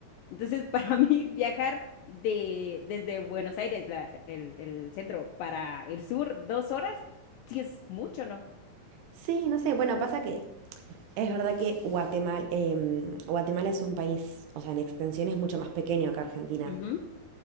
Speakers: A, on the left (about 80°); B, on the right (about 80°).
A: Entonces, <laughs> para mí, viajar de, desde Buenos Aires, la- el, el centro, para el sur, dos horas, sí es mucho, ¿no?
B: Sí, no sé, bueno, pasa que es verdad que Guatemala, em, Guatemala es un país, o sea, en extensión es mucho más pequeño que Argentina.
A: Ujú.